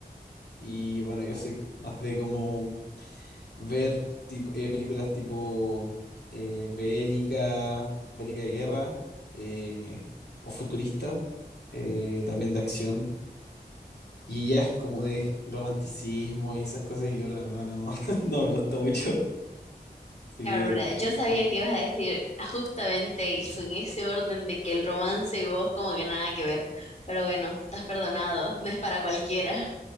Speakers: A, on the left (about 80°); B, on the left (about 40°).
A: Y bueno, yo soy más de como ver tipo, eh, películas tipo eh, bélica, bélica de guerra eh, o futurista, eh, también de acción. Y ella es como de romanticismo y esas cosas y yo la verdad no, <laughs> no me gusta mucho. Así
B: Cabrona,
A: que
B: yo
A: la
B: sabía
A: dejo
B: que
A: como-
B: ibas a decir justamente eso, en ese orden de que el romance y vos como que nada que ver. Pero bueno, estás perdonado, no es para cualquiera.